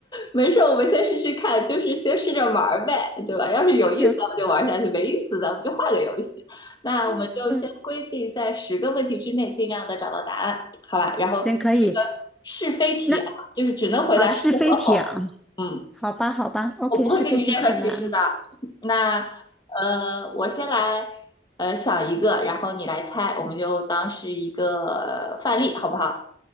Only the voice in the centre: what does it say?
行，
嗯嗯，
行，可以。那
啊，是非题啊，
好吧，好吧，OK，
是非题可难了。